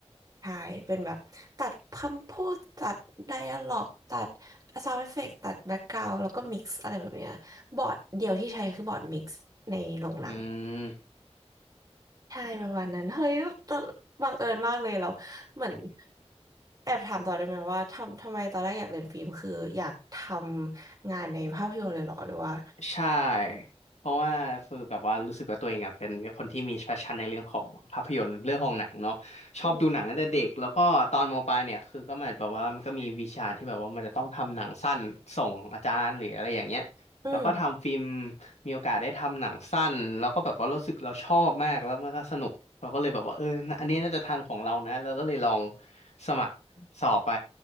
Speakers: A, on the right (about 35°); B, on the left (about 85°).
A: ใช่ เป็นแบบตัดคำพูดตัดไดอะล็อกตัดซาวด์เอฟเฟกต์ตัดแบ็กกราวด์แล้วก็มิกซ์อะไรแบบเนี้ยบอร์ดเดียวที่ใช้คือบอร์ดมิกซ์ในโรงหนัง
B: อืม
A: ใช่ประมาณนั้นเฮ้ยตอนบังเอิญมากเลยเราเหมือนแอบถามต่อได้ไหมว่าทำทำไมตอนแรกอยากเรียนฟิล์มคืออยากทำงานในภาพยนตร์เลยเหรอหรือว่า
B: ใช่เพราะว่าคือแบบว่ารู้สึกว่าตัวเองอ่ะเป็นคนที่มี passion ในเรื่องของภาพยนตร์เรื่องของหนังเนาะชอบดูหนังตั้งแต่เด็กแล้วก็ตอนมปลายเนี่ยคือก็เหมือนแบบว่ามันก็มีวิชาที่แบบว่ามันจะต้องทำหนังสั้นส่งอาจารย์หรืออะไรอย่างเงี้ยแล้วก็ทำฟิล์ม
A: อืมอืม
B: มีโอกาสได้ทำหนังสั้นแล้วก็แบบว่ารู้สึกเราชอบมากแล้วมันก็สนุกเราก็เลยแบบว่าเออน่ะอันนี้น่าจะทางของเรานะเราก็เลยลองสมัครสอบไป